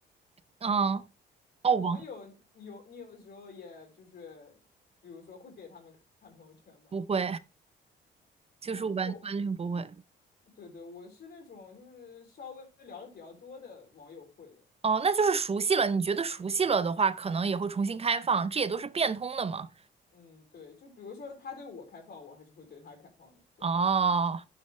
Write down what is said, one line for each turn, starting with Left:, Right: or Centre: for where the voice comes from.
Right: <laughs> 嗯。哦，
Left: 对网友，
Right: 完
Left: 你有你有时候也就是，比如说会给他们看朋友圈嘛，
Right: 不会，就是完完全不会。
Left: 啊，我，对对，我是那种就是稍微聊的比较多的网友会的，
Right: 哦，那就是熟悉了。你觉得熟悉了的话，可能也会重新开放，这也都是变通的嘛。
Left: 嗯，对，就比如说他对我开放，我还是会对他开放的，这样，
Right: 哦，